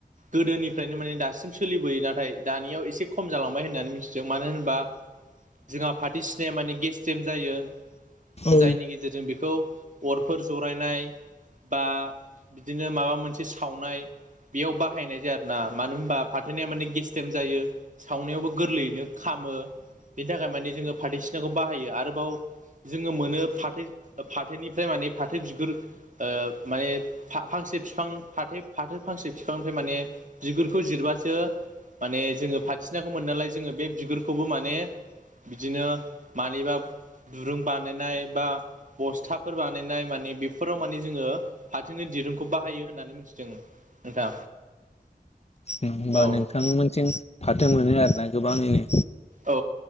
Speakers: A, on the right; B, on the left.
A: गोदोनिफ्रायनो माने दासिम सोलिबोयो नाथाय दानियाव एसे खम जालांबाय होननानै मिथिदों मानो होनबा जोंहा फाथो सिनाया माने गेस्ट्रेम जायो
B: औ
A: जायनि गेजेरजों बेखौ अरफोर जरायनाय बा बिदिनो माबा मोनसे सावनाय बेयाव बाहायनाय बिदि आरोना मानो होनबा फाथैनाया मे गेसरेम जायो सावनायावबो गोरलैनो खामो बेनि थाखाय मानि जोंङो फाथै सिनाखौ बाहायो आरोबाव जोंङो मोनो फाथो फाथोनिफ्राय माने फाथो बिगुर ओ माने फांसे बिफां फाथो फाथो फांसे बिफांनिफ्राय माने बिगुरखौ जिरबासो माने जोंङो फाथिनाखौ मोनो नालाय जोंङो बे बिगुरखौबो माने बिदिनो मानिबा दुरुं बानायनाय बा बस्थाफोर बानायनाय मानि बेफोराव माने जोंङो फाथोनि दिरुंखौ बाहायो होननानै मोनथिदों नोंथां।
B: होनबा
A: औ
B: नोंथांमोनसिम फाथो मोनो आरोना गोबाङैनो?
A: औ